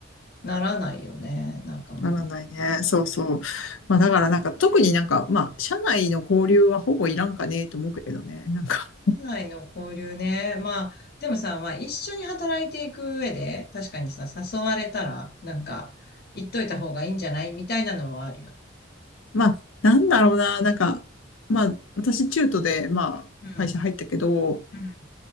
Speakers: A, on the left (about 55°); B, on the left (about 80°).
A: ならないよね。なんかまあ、
B: ならないね。そうそう。まあだからなんか特になんかまあ社内の交流はほぼいらんかねえと思うけどね。なんか
A: 本来の交流ね。まあ、でもさ、まあ一緒に働いていく上で、確かにさ、誘われたら、なんか、言っといた方がいいんじゃないみたいなのはあるよね。
B: まあなんだろうな。なんかまあ私中途でまあ会社入ったけど、
A: うん。うん。